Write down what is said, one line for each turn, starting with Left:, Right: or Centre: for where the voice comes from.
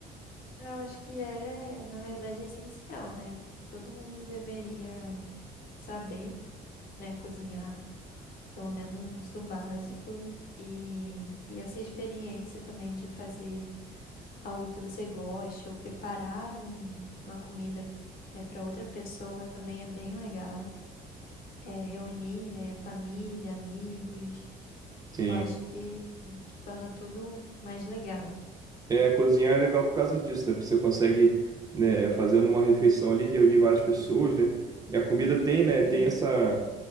Left: Ah, Eu acho que é, na verdade, é essencial, né? Todo mundo deveria saber, né, cozinhar, pelo menos o básico. E, e essa experiência também de fazer algo que você goste ou preparar um- uma comida, né, para outra pessoa também é bem legal. É, reunir, né, família, amigos.
Right: Sim.
Left: Eu acho que, que torna tudo mais legal.
Right: É, cozinhar é legal por causa disso, né? Porque você consegue, né, fazendo uma refeição ali, reunir várias pessoas, né? E a comida tem, né,
Left: Sim.
Right: tem essa